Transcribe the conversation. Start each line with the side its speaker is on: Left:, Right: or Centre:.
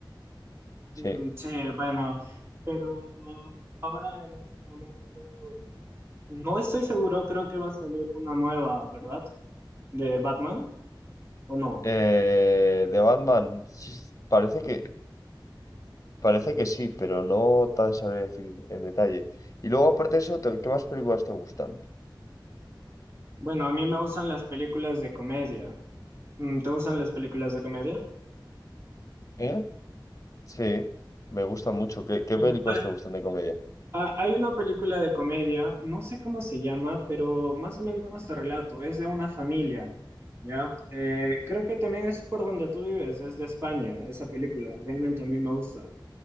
Left: Sí.
Right: Mm, sí, bueno, pero ahora en este momento no estoy seguro, creo que va a salir una nueva, ¿verdad? De Batman, ¿o no?
Left: Eh, de Batman, sí, parece que, parece que sí, pero no tan sabré decir en detalle. Y luego, aparte de eso, te- ¿qué más películas te gustan?
Right: Bueno, a mí me gustan las películas de comedia. Mm, ¿Te gustan las películas de comedia?
Left: ¿Eh? Sí, me gustan mucho. ¿Qué, qué
Right: Bueno,
Left: películas
Right: ha-
Left: te gustan de comedia?
Right: ha- hay una película de comedia, no sé cómo se llama, pero más o menos te relato, es de una familia, ¿ya? Eh, creo que también es por donde tú vives, es de España, esa película, realmente a mí me gusta.